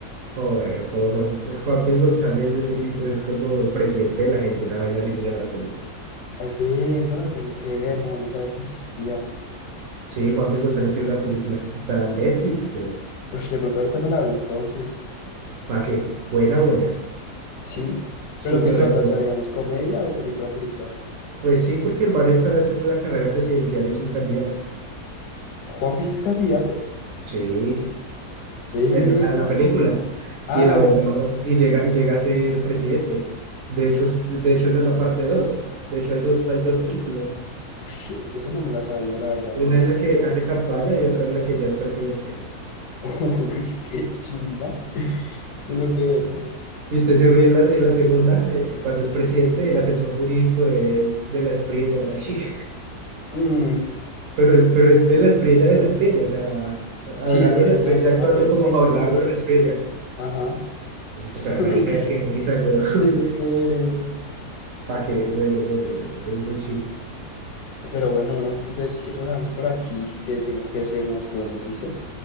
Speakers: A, on the right (about 65°); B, on the left (about 80°).
A: Joder, cómo no. Eh, Juan Piz González es, es como el presidente de la gente, una vaina así se llama la película.
B: Ay, ve, esa me la tengo que ver, no, no sabía que existía.
A: Sí, Juan Piz González tiene una película. Está en Netflix, creo.
B: Pues de pronto ahorita me la veo entonces.
A: ¿Para qué? Buena, buena.
B: Sí,
A: Súper
B: pero ¿qué trata?
A: recomendada.
B: O sea, digamos, comedia o película, película.
A: Pues sí, porque el bar está es en la carrera presidencial y es un candidato.
B: ¿Juan Pisco es candidato?
A: Sí,
B: Ve.
A: en, o sea, en la película.
B: Ah,
A: Y el abogado,
B: bueno, bueno.
A: y llega, y llega a ser presidente. De hecho, es- de de hecho esa es la parte dos. De hecho, hay dos, hay dos películas.
B: Ush, esa no me la sabía, la verdad.
A: Una es la que hace campaña y otra es la que ya es presidente.
B: <laughs> Uy, qué chimba. Tengo que verla.
A: Y usted se ríe en la, en la segunda, eh, cuando es presidente, el asesor jurídico es de la Espriella, marica.
B: Mm,
A: Pero, es- pero es de la Espriella de la Espriella, o sea, Abelardo
B: sí, el original,
A: de la Espriella actuando
B: la persona
A: como Abelardo
B: como tal.
A: de la Espriella.
B: Ajá.
A: O sea,
B: <laughs>
A: marica,
B: Ush,
A: qué risa, güey. <laughs>
B: tengo que ver eso.
A: Pa' que, bueno, bueno, bueno, es muy chido.
B: Pero bueno, bro, entonces si quiero lo dejamos por aquí, que tengo que hacer unas cosas, ¿listo?